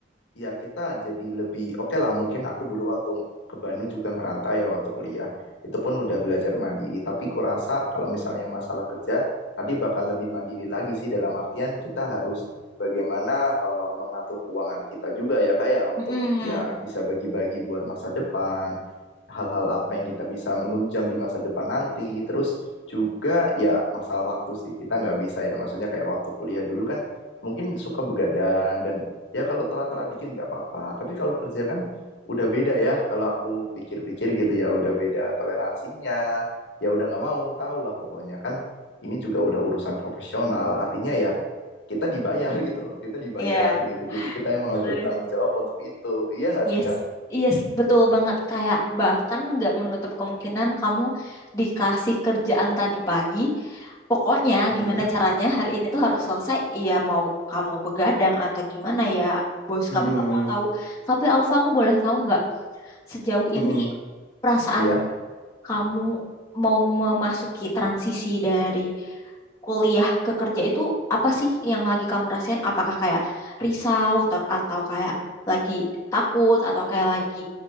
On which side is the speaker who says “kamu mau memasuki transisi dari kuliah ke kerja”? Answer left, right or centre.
Left